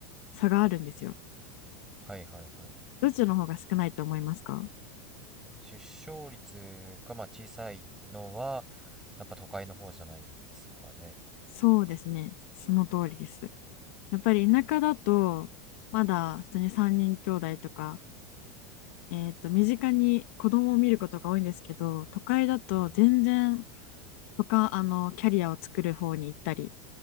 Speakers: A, on the left; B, in the centre.
A: 差があるんですよ。
B: はいはいはい。
A: どっちの方が少ないと思いますか
B: 出生率がまあ小さいのは、やっぱ都会の方じゃないんですかね。
A: そうですね。その通りです。やっぱり田舎だと、まだ普通に3人兄弟とか、えっと、身近に子供を見ることが多いんですけど、都会だと全然
B: うん、
A: 他、あの、キャリアを作る方に行ったり、